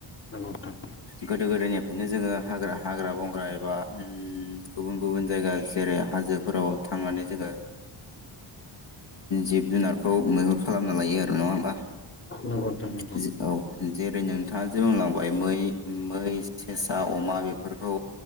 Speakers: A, on the left; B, on the left.
A: नंगौ नोंथां
B: गोदो गोदायनि बेखायनो जोङो हाग्रा हाग्रा बंग्रा एबा ओम गुबुन गुबुन जायगा जेरै हाजोफोराव थांनानै जोङो जिब ओम जुनारखौ मैहुर खालामना लायो आरो नङा होमबा?
A: नंगौ नोंथां नंगौ।
B: जि- औ जेरै नोंथाङा जों बुंलांबाय मै मै सेसा अमा बेफोरखौ